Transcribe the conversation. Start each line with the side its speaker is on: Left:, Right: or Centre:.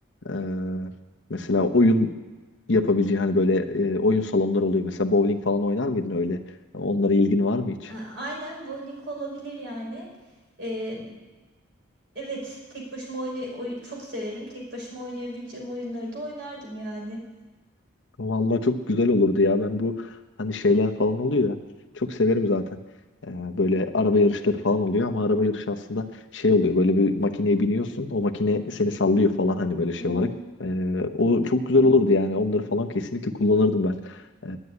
Left: e, mesela oyun yapabileceğin hani böyle e, oyun salonları oluyor. Mesela bowling falan oynar mıydın öyle? Onlara ilgin var mı hiç?
Right: A- Aynen bowling olabilir yani. Ee, evet tek başıma oynay oy- çok severim. Tek başıma oynayabileceğim oyunları da oynardım yani.
Left: Vallahi çok güzel olurdu ya. Ben bu hani şeyler falan oluyor ya. Çok severim zaten. Ee, böyle araba yarışları falan oluyor ama araba yarışı aslında şey oluyor. Böyle bir makineye biniyorsun. O makine seni sallıyor falan hani böyle şey
Right: Hı hı.
Left: olarak. Ee, o çok güzel olurdu yani. Onları falan kesinlikle kullanırdım ben. Ee,